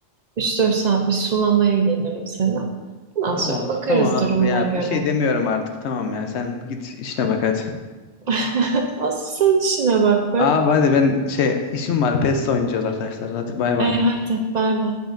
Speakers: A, on the right; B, on the left.
A: üç dört saat bir sulamaya gelirim sana. Ondan
B: Tamam
A: sonra bakarız
B: tamam
A: durumuna
B: abi ya
A: göre.
B: bir şey demiyorum artık. Tamam ya sen git işine bak hadi.
A: <laughs> Asıl sen işine bak be.
B: Abi hadi ben şey işim var. PES oynayacağız arkadaşlar. Hadi bay bay.
A: E hadi bay bay.